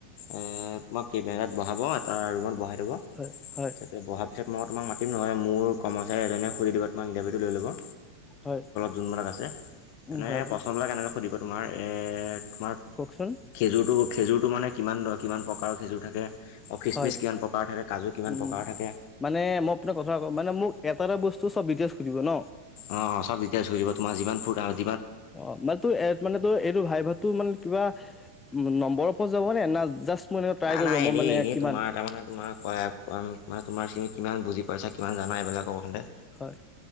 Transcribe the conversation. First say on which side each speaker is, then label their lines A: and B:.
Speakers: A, on the left; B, on the left.
A: এয়ে তোমাক কেমেৰাত বহাব এটাৰুমত বহাই দিব,
B: হয় হয়
A: তাতে বহাৰ পিছত মই তোমাক মাতি টিম নহয় মোৰ কৰ্মচাৰী এজনে সুধি দিব তোমাক ইণ্টাৰভিউটো লৈ ল'ব।
B: হয়।
A: যোন মানত আছে।
B: উম
A: এনে
B: হয় হয়
A: প্ৰশ্নবিলাক এনেকৈ সুধিব তোমাৰ এ তোমাৰ
B: কওকচোন
A: খেজুৰতটো খেজুৰতটো মানে কিমান ধৰ কিমান প্ৰকাৰৰ খেজুৰ থাকে, খিচমিচ
B: হয়
A: কিমান প্ৰকাৰৰ থাকে, কাজু কিমান
B: উম
A: প্ৰকাৰৰ থাকে।
B: মানে মই আপোন কথা কওঁ মানে মোক এটা এটা বস্তু চ'ব ডিটেইলছ সুধিব ন
A: অ' অ' চ'ব ডিটেইলছ সুধিব তোমাৰ যিমান ফুট আ
B: অ' মানে তোৰ এ তোৰ মানে তোৰ এইটো ভাই ভাতটো মানে কিবা নম্বৰৰ ওপৰত যাব নে জাষ্ট মোৰ এনেকে ট্ৰাই
A: আহানাই
B: কৰিব মই
A: এনেই
B: মানে
A: এনেই
B: কিমান
A: তোমাৰ তাৰমানে মানে কিমান বুজি পইচা কিমান জানা এইবিলাকো সুধে।
B: হয়,